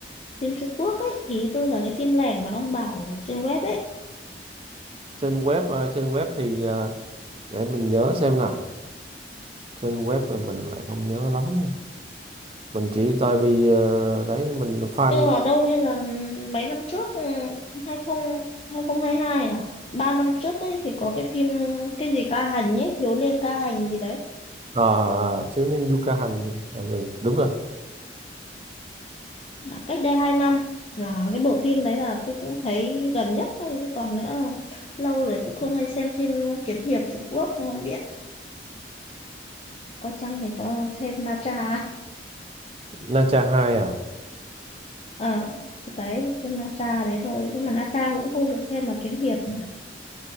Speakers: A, on the left; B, on the right.
A: phim Trung Quốc ấy ý tôi là cái phim lẻ mà ông bảo trên web ấy
B: trên web ờ, trên web thì ờ, để mình nhớ xem nào trên web mình mình lại không nhớ lắm nè. mình chỉ tại vì ờ, đấy mình fan
A: Như là đâu như là mấy năm trước ừ, 20 2022 à? Ba năm trước ấy thì có cái phim cái gì ca hành ấy, thiếu niên ca hành gì đấy.
B: ờ, thiếu niên Yuka Hành gì đó. Ờ, rồi, đúng rồi
A: Là cách đây 2 năm là cái bộ phim đấy là tôi cũng thấy gần nhất thôi chứ còn nữa lâu rồi cũng không hay xem phim kiếm hiệp Trung Quốc không biết. Có chăng thì có xem Na Tra.
B: Na Cha 2 à
A: Ờ đấy xem Na Tra đấy thôi nhưng mà Na Tra cũng không được xem là kiếm hiệp nhỉ.